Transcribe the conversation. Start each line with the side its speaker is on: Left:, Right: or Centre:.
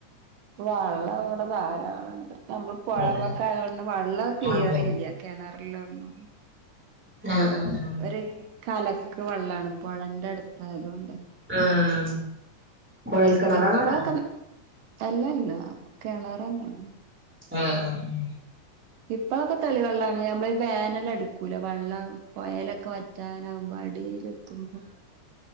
Right: വള്ളവടെ ധാരാളണ്ട് നമ്മള് പൊഴവക്കായോണ്ട്
Centre: അതെ
Right: വള്ളം ക്ലിയറില്ല
Centre: അതെ
Right: കെണറിലൊന്നും
Centre: ആഹ് ആഹ് ആഹ്
Right: ര് കലക്ക് വെള്ളാണ്. പൊഴന്റെട്ത്തായതോണ്ട്.
Centre: ആഹ്, കൊഴൽക്കെണറാണൊടെ?
Right: ഇപ്പളൊക്കെ അല്ലല്ല. കെണറെന്നെ.
Centre: ആഹ് ആഹ്
Right: ഇപ്പളൊക്കെ തെളിവെള്ളാണ്. അമ്മളീ വേനലട്ക്കൂലേ വള്ളം പൊയെലൊക്കെ വറ്റി റ്റാനാവുമ്പൊ അടീലെത്തുമ്പോ.